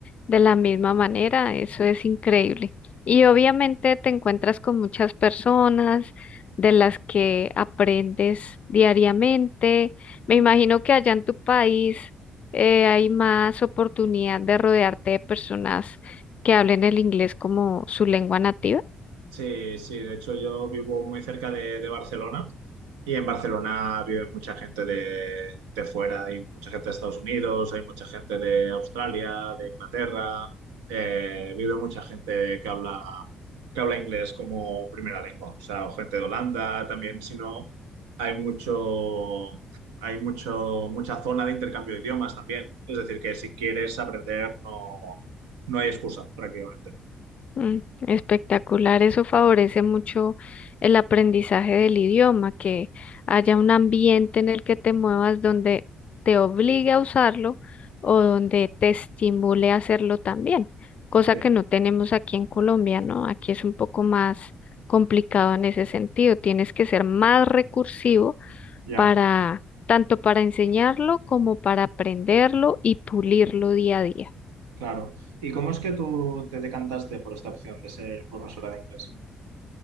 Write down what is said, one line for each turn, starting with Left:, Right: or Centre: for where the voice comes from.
Left: de la misma manera, eso es increíble. Y obviamente
Right: Sí.
Left: te encuentras con muchas personas de las que aprendes diariamente. Me
Right: Mm.
Left: imagino que allá en tu país eh, hay más oportunidad de rodearte de personas que hablen el inglés como su lengua nativa.
Right: Sí, sí, de hecho yo vivo muy cerca de, de Barcelona y en Barcelona vive mucha gente de, de fuera, hay mucha gente de Estados Unidos, hay mucha gente de Australia, de Inglaterra, eh, vive mucha gente que habla, que habla inglés como primera lengua, o sea, o gente de Holanda también, si no, hay mucho, hay mucho, mucha zona de intercambio de idiomas también, es decir, que si quieres aprender no, no hay excusa prácticamente.
Left: Mm, Espectacular, eso favorece mucho el aprendizaje del idioma, que haya un ambiente en el que te muevas donde te obligue a usarlo o donde te estimule a hacerlo también, cosa
Right: Sí,
Left: que no tenemos aquí en Colombia, ¿no? Aquí es un poco más complicado en ese sentido, tienes que ser más recursivo
Right: ya.
Left: para tanto para enseñarlo como para aprenderlo y pulirlo día a día.
Right: Claro. ¿Y cómo es que tú te decantaste por esta opción de ser profesora de inglés?